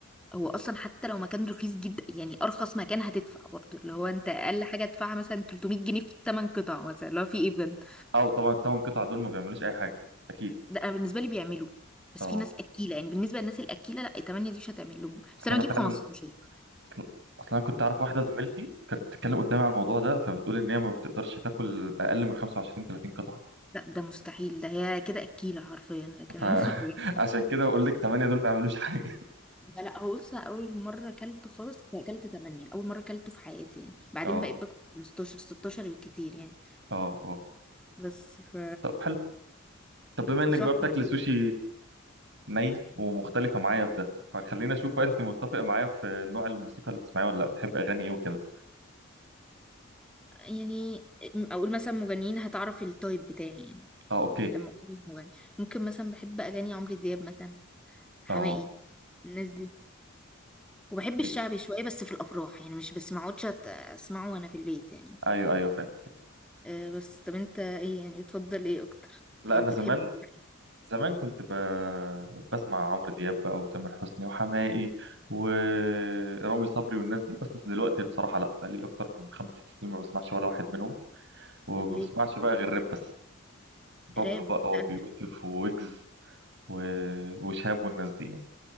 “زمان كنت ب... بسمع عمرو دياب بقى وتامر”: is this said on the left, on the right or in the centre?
Right